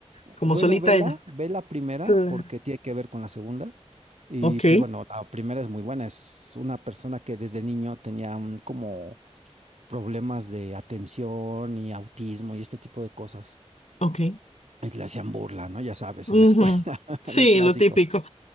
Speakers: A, on the left (about 75°); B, on the right (about 75°).
A: como
B: Bueno,
A: solita
B: vela,
A: ella.
B: ve la primera
A: Claro.
B: porque tiene que ver con la segunda. Y
A: Ok,
B: pues bueno, la primera es muy buena. Es una persona que desde niño tenía un- como problemas de atención y autismo y este tipo de cosas.
A: ok.
B: Y le hacían burla, ¿no? Ya sabes,
A: Ujú.
B: en la escuela, <laughs>
A: Sí,
B: el clásico.
A: lo típico.